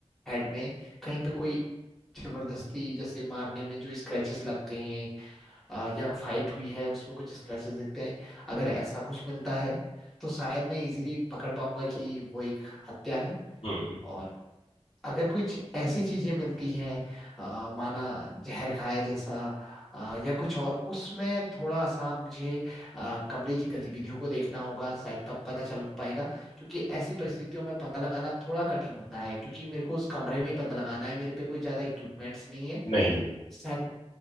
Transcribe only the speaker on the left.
हम्म
नहीं है